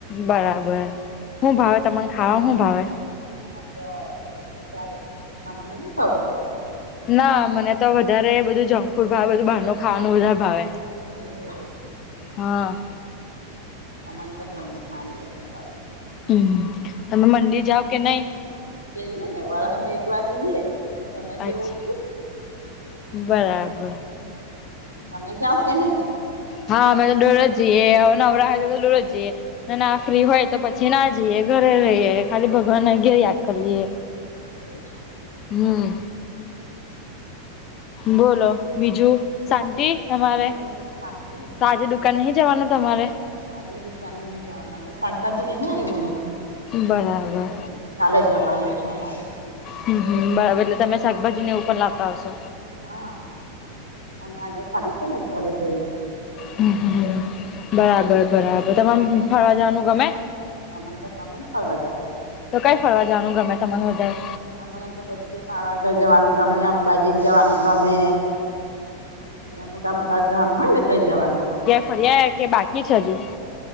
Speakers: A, on the left; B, on the right.
A: બરાબર હું ભાવે તમાને ખાવા શું ભાવે
B: અમને તો બધું ભાવે તમને નહીં ભાવતું
A: ના મને તો વધારે બધું જંક ફૂડ ભાવે બધું બહારનું ખાવાનું વધારે ભાવે
B: એ <unintelligible>
A: હા
B: અમને તો ઘરનું ખાવાનું વધારે ભાવે
A: હમ તમે મંદિ જાવ કે નહી
B: જઈએ ને વર એક વાર જઈએ તમે
A: અચ્છા
B: એવું છું
A: બરાબર
B: તમે જાઓ કે નહીં
A: હા અમે તો ડોર જ જઈએ નવરા હોય તો તો ડોર જઈએ ના ફ્રી હોય તો પછી ના જીયે ઘરે રહીએ ખાલી ભગવાનને યાદ કરી લઈએ
B: હ <unintelligible>
A: હમ બોલો બીજું શાંતિ તમારે
B: હવ શાંતિ ને
A: તો આજે દુકાન નહી જવાનું તમારે
B: આજે દુકાને નહીં જવાનું આજે શાકભાજી લઈને આવી
A: બરાબર
B: છું એટલે <unintelligible> કાલે જવાનું છે અમારે
A: હમ હમ એટલે તમે શાકભાજીને એવો પણ લાવતા હશો
B: હા અમે આજે ખાલી છે ને ઘરે જઈ છુ.
A: હ હ બરાબર બરાબર તમામ ફરવા જવાનું ગમે
B: અમ તો ગમે પરવા જવાનુ
A: તો કઈ ફરવા જવાનું ગમે તમાર વધારે
B: અમને તો બધે પાવાગઢ જવાનું ગમે અંબાજી જવાનું ગમે. એ મોટા મોટા ગામ હોય, ને કઈ જવાનું પણ
A: ફરિયા કે બાકી છે, હજુ